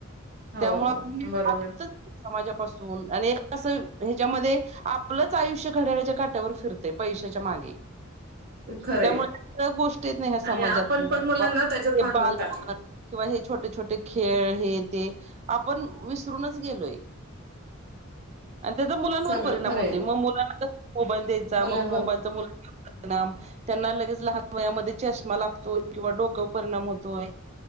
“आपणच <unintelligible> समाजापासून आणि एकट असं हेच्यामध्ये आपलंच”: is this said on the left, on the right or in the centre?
Right